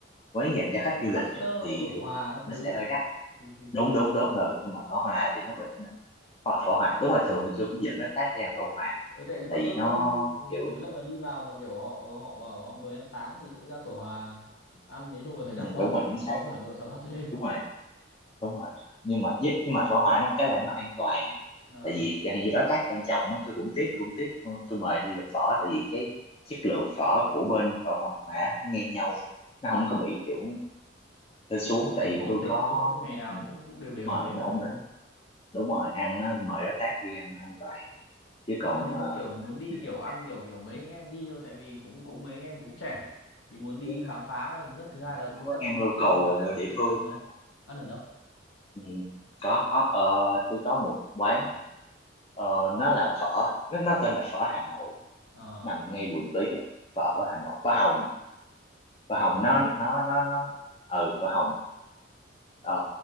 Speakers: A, on the left (about 30°); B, on the left (about 75°).
A: quán dành cho khách
B: ở
A: du lịch
B: Pasteur
A: á, thì,
B: phở Hòa
A: thì, thì
B: các thứ
A: nó sẽ
B: ấy.
A: hơi đắt
B: thì thì
A: đúng
B: thấy bảo
A: đúng đúng rồi
B: ừ.
A: nhưng mà phở hòa thì nó bị phở, phở hòa đúng là thường thì tôi cũng dẫn nó tác ra phở hòa
B: ừ tại bọn
A: tại vì
B: tôi mà
A: nó
B: đi ừ,
A: kiểu
B: mấy lần mà đi vào mà kiểu họ họ bảo họ mời ăn sáng thì cũng ra phở Hòa ăn nói chung là thấy đắt
A: ừ,
B: quá
A: đúng rồi chính
B: và so
A: xác
B: với Hà Nội sao đắt thế
A: đúng rồi đúng rồi nhưng mà với- nhưng mà phở hoài nó cái là nó an toàn
B: ờ
A: tại vì chẳng hạn như đối tác quan trọng á tôi cũng tiếp tôi cũng tiếp tôi mời đi làm phở tại vì cái chất lượng phở của bên phở hoài á, nó ngang nhau nó không có bị kiểu lên xuống
B: tức kiểu
A: tại
B: nó
A: vì
B: ổn
A: tôi
B: định
A: có
B: đúng không tức ngày nào
A: ừ,
B: nó cũng cũng đều đều
A: đúng rồi
B: thế
A: nó
B: thôi
A: ổn
B: đúng
A: định đúng rồi ăn nó mời đối tác đi ăn nó an toàn chứ
B: nhưng
A: còn
B: mà nếu
A: ờ,
B: mà kiểu muốn đi
A: đi
B: kiểu
A: ăn
B: ăn kiểu kiểu mấy anh em đi thôi tại vì cũng cũng mấy anh em cũng trẻ thì muốn đi
A: với
B: khám
A: uh,
B: phá là nhất thứ hai là
A: nó
B: công
A: quán
B: tác
A: ăn
B: phí nó
A: local
B: không dư giả lắm
A: rồi địa
B: thì
A: phương
B: ăn đâu
A: đó, đúng không?
B: ăn ở đâu
A: ừ, có có ờ, tôi có một quán ờ, nó là phở nó, nó tên là phở Hà Nội
B: Ờ,
A: nằm ngay Bùi Tí á, phở ở Hà Nội phở Hồng phở Hồng
B: phở Hồng
A: nó nó nó nó ừ phở Hồng ờ,